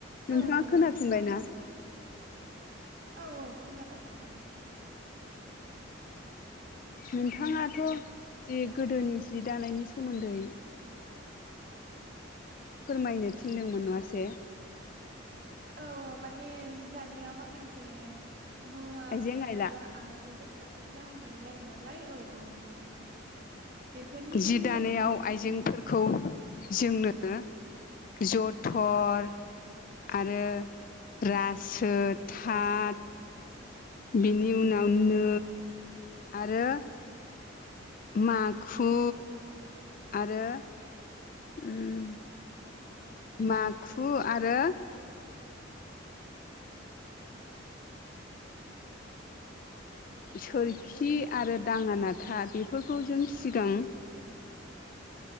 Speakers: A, on the left (about 45°); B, on the right (about 50°).
A: नोंथाङा
B: औ औ
A: खोनाफिनबायना
B: औ खोनाबाय। औ औ खोनाबाय खोनाबाय।
A: नोंथाङाथ' जे गोदोनि जि दानायनि सोमोन्दै। फोरमायनो थिनदोंमोन नङासै?
B: औ औ माने जि दानायाव माखासे मुवाफोर
A: आइजें आइला
B: बा आगजु बेसादफोर बाहायनाय जायो नालाय औ औ बिदिखौ बेफोरनि
A: जि
B: मुंफोरखौहाय
A: दानायाव
B: खोन्थानो
A: आइजेंफोरखौ
B: थिनदों
A: जोंनो जथर, आरो रासो, थाथ बिनि उनाव नो आरो माखु, आरो उम। माखु आरो
B: <inaudible>
A: सोरखि आरो दाङा नाथा बेफोरखौ जों सिगां